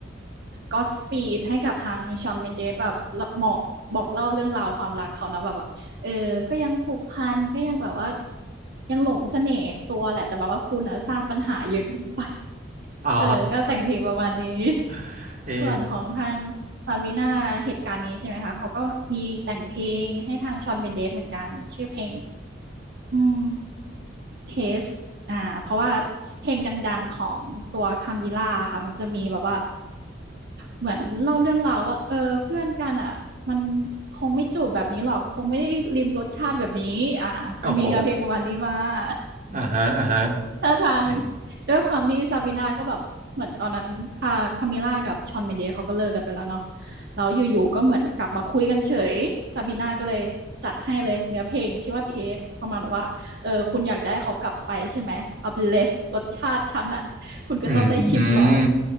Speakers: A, on the right (about 60°); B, on the right (about 45°).
A: Godspeed ให้กับทาง Shawn Mendes แบบลเหมาะบอกเล่าเรื่องราวความรักเขาเนาะแบบว่าเออก็ยังผูกพันก็ยังแบบว่ายังหลงเสน่ห์ตัวแหละแต่แบบว่าคุณน่ะสร้างปัญหาเยอะเกินไป
B: อ๋อ
A: เออก็แต่งเพลงประมาณนี้
B: <laughs> เอะ
A: ส่วนของทาง Sabrina เหตุการณ์นี้ใช่ไหมคะเขาก็มีแต่งเพลงให้ทาง Shawn Mendes เมนเดสเหมือนกันชื่อเพลงอืม Taste อ่าเพราะว่าเพลงดังๆของตัว Camila ค่ะมันจะมีแบบว่าเหมือนเล่าเรื่องราวว่าเออเพื่อนกันอ่ะมันคงไม่จูบแบบนี้หรอกคงไม่ได้ลิมรสชาติแบบนี้อ่ามันมีเนื้อเพลงประมาณนี้มา
B: โอ้โห
A: <laughs>
B: อ่าฮะอ่าฮะ
A: ท่าทาง
B: เอะ
A: ด้วยความที่ซาบีนาก็แบบเหมือนตอนนั้นคาคามิล่ากับชอนเมนเดสเขาก็เลิกกันไปแล้วเนาะแล้วอยู่ๆก็เหมือนกลับมาคุยกันเฉยซาบีนาก็เลยจัดให้เลยเนื้อเพลงชื่อว่าเทสประมาณว่าเออคุณอยากได้เขากลับไปใช่ไหมเอาไปเลยรสชาติฉันอะคุณก็ต้องได้ชิมลอง
B: อืมอืม